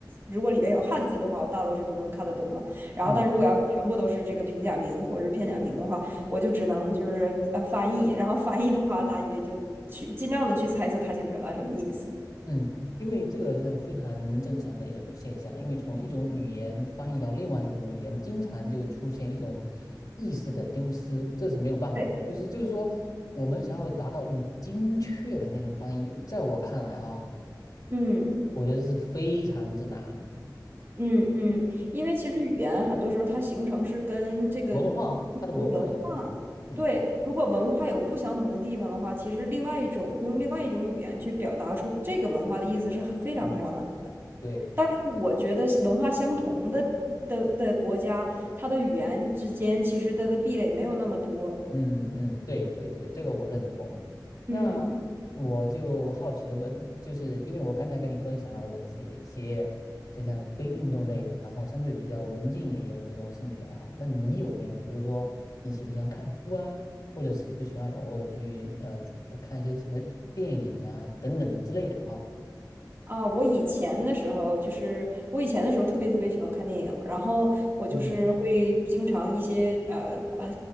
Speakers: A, on the right; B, on the left.
A: 如果里边有汉字的话，我大多数都能看得懂嘛。然后但如果要是全部都是这个平假名或者是片假名的话，
B: 嗯
A: 我就只能就是呃翻译，然后翻译的话大约就去尽量的去猜测他想表达什么意思。
B: 嗯，因为这个是非常正常的一种现象，因为从一种语言翻译到另外一种语言，经常就会出现一种意识的丢失，这是没有办法的。
A: 对，
B: 就是就是说，我们想要达到一种精确的那种翻译，在我看来哈，
A: 嗯。
B: 我觉得是非常之难。
A: 嗯嗯，因为其实语言很多时候它形成是跟这个
B: 文化，它的文化有相关，
A: 由文化，
B: 嗯
A: 对，如果文化有不相同的地方的话，其实另外一种用另外一种语言去表达出这个文化的意思是很非常非常难。
B: 嗯，对。
A: 但是我觉得是文化相同的的的国家，它的语言之间其实它的壁垒没有那么多。
B: 嗯嗯，对对对，这个我认同。那
A: 嗯。
B: 我就好奇的问，就是因为我刚才跟你分享了我自己的一些，就像非运动类的，然后相对比较文静一点的这种兴趣爱好，那你有没有呢？比如说你喜不喜欢看书啊，或者喜不喜欢偶尔去呃呃看一些什么电影啊等等的之类的哈？
A: 啊，我以前的时候就是我以前的时候特别特别喜欢看电影，然后我就是会经常一些呃呃
B: 嗯，